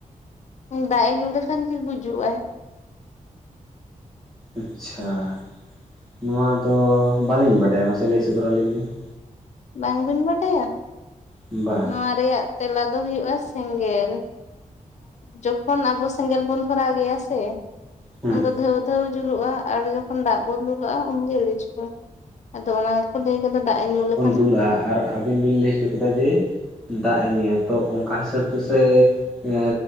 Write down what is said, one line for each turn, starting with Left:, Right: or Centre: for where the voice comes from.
Left: ᱫᱟᱜ ᱮ ᱧᱩ ᱞᱮᱠᱷᱟᱱ ᱜᱮ ᱜᱩᱡᱩᱜ ᱟᱭ ᱾
Centre: ᱟᱪᱷᱟ ᱾ ᱱᱚᱣᱟ ᱫᱚ ᱵᱟᱹᱞᱤᱧ ᱵᱟᱰᱟᱭᱟ ᱢᱟᱥᱮ ᱞᱟᱹᱭ ᱥᱚᱫᱚᱨ ᱟᱹᱞᱤᱧ ᱵᱤᱱ ᱾
Left: ᱵᱟᱝ ᱵᱤᱱ ᱵᱟᱰᱟᱭᱟ
Centre: ᱵᱤᱱ ᱵᱟ
Left: ᱱᱚᱣᱟ ᱼᱼ ᱨᱮᱭᱟᱜ ᱛᱮᱞᱟ ᱫᱚ ᱦᱩᱭᱩᱜᱼᱟ ᱥᱮᱸᱜᱮᱞ ᱡᱚᱠᱷᱚᱱ ᱟᱵᱚ ᱼᱼ ᱥᱮᱸᱜᱮᱞ ᱵᱚᱱ ᱫᱷᱚᱨᱟᱣ ᱜᱮᱭᱟ ᱥᱮ
Centre: ᱦᱩᱸ
Left: ᱩᱱ ᱫᱚ ᱫᱷᱟᱹᱣ ᱼᱼ ᱩᱷᱟᱹᱣ <unintelligible> ᱡᱩᱞᱩᱜᱼᱟ ᱟᱨ ᱡᱚᱠᱷᱚᱱ ᱫᱟᱜ ᱵᱚᱱ ᱫᱩᱞᱟᱜᱼᱟ ᱩᱱᱜᱮ ᱤᱲᱤᱡᱚᱜᱼᱟ ᱟᱫᱚ ᱚᱱᱟ ᱜᱮᱠᱚ ᱞᱟᱹᱭᱠᱟᱫᱟ ᱫᱟᱜ ᱮ ᱧᱩᱭᱟ
Centre: ᱫᱩᱞᱟᱜᱼᱟ ᱟᱨ ᱟᱹᱵᱤᱱ ᱵᱤᱱ ᱞᱟᱹᱭ ᱚᱪᱚ ᱠᱮᱫᱟ ᱡᱮ ᱫᱟᱜ ᱮ ᱧᱩᱭᱟ ᱛᱚ ᱚᱝᱠᱟ ᱦᱤᱥᱟᱹᱵᱽ ᱛᱮ ᱥᱮ ᱦᱮ